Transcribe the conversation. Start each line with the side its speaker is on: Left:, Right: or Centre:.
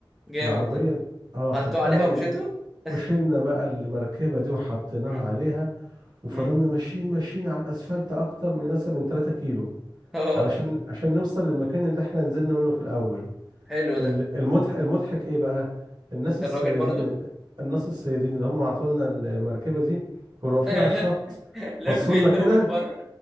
Centre: جامد
Right: العربيه
Centre: ده
Right: اه اخدتها
Centre: حطيتوه عليها
Right: و-
Centre: ومشيتوا <laughs>
Right: وشلنا بقى المركبه دي وحطيناها
Centre: امم
Right: عليها وفضلنا
Centre: امم
Right: ماشيين ماشيين على الاسفلت اكتر من مثلا من 3 كيلو
Centre: اه اه،
Right: علشان عشان نوصل للمكان اللي احنا نزلنا منه في الاول
Centre: حلو
Right: ال-
Centre: ده
Right: المضحك المضحك ايه بقى الناس الصيادين
Centre: الراجل برضو <laughs>
Right: الناس الصيادين اللي هم عطولنا المركبه دي كانوا واقفين
Centre: آه،
Right: على
Centre: لا
Right: الشط
Centre: لقوا
Right: بصوا
Centre: جايين
Right: لنا كده
Centre: لهم البر